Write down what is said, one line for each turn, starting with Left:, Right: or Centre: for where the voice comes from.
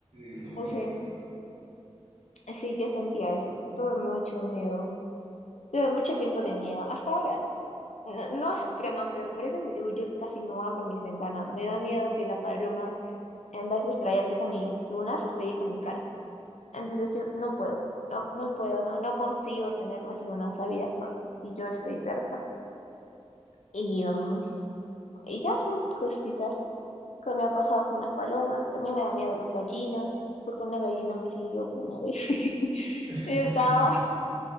Right: que son muy
Left: sí.
Right: rencorosos.
Left: Sí, yo sentía eso. Tuve mucho miedo. Tuve mucho tiempo de miedo. Hasta ahora, no, no es broma, pero por ese motivo yo casi no abro mis ventanas. Me da miedo que la paloma, en vez de estrellarse con mi luna, se estrelle con mi cara. Entonces yo no puedo, no, no puedo, no, no consigo tener las lunas abiertas y yo estoy cerca. Y, um, y ya son cositas que me ha pasado con las palomas. También me da miedo las gallinas, porque una gallina me siguió una vez. <laughs>
Right: <laughs>
Left: Y estaba...